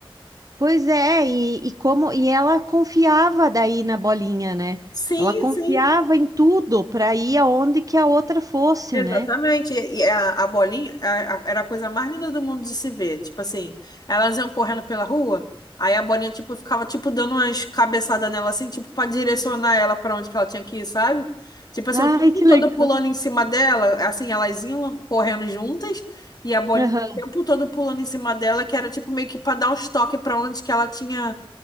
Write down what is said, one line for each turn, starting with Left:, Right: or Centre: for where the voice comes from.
Right: pois é, e, e como, e ela confiava daí na bolinha, né?
Left: Sim,
Right: Ela confiava
Left: sim.
Right: em tudo para ir aonde que a outra fosse,
Left: Exatamente.
Right: né?
Left: E e a, a bolinha a- a- era a coisa mais linda do mundo de se ver. Tipo assim, elas iam correndo pela rua, aí a bolinha tipo ficava tipo dando umas cabeçadas nela assim, tipo para direcionar ela para onde que ela tinha que ir, sabe? Tipo assim,
Right: Ai,
Left: o tempo
Right: que
Left: todo
Right: legal.
Left: pulando em cima dela, assim, elas iam correndo juntas e a bolinha
Right: Aham.
Left: o tempo todo pulando em cima dela, que era tipo meio que para dar uns toques para onde que ela tinha